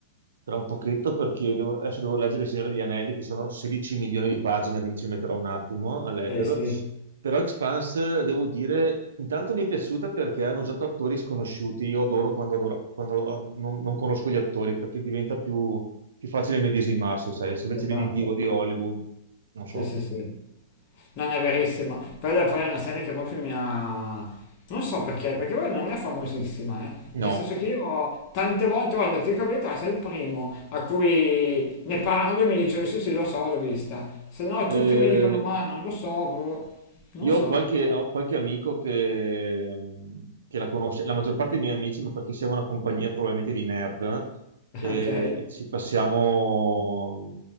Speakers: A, on the right; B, on the left.
A: tra un pochetto perché devo- adesso devo leggere Il Signore degli Anelli, che sono 16 milioni di pagine, quindi ci metterò un attimo a leggerlo.
B: eh sì,
A: Però Expanse, devo dire, intanto mi è piaciuta perché hanno usato attori sconosciuti. Io adoro quando, adoro- quando eh, non, non conosco gli attori perché diventa più, più facile medesimarsi, sai? Se invece
B: esatto.
A: vedi il divo di Hollywood, non so,
B: Sì, sì, sì. Non è verissimo. Quella poi è una serie che proprio mi ha... Non so perché, perché poi non è famosissima, eh.
A: no.
B: Nel senso che io tante volte, guarda, ti dico la verità, sei il primo a cui ne parlo e mi dice sì sì lo so, l'ho vista. Se no
A: Eh,
B: tutti mi dicono ma non lo so, boh. Non
A: Io
B: lo so.
A: ho qualche, ho qualche amico che, mh, che la conosce, la maggior parte dei miei amici, ma perché siamo una compagnia probabilmente di nerd
B: <laughs>
A: e,
B: Ok.
A: e ci passiamo,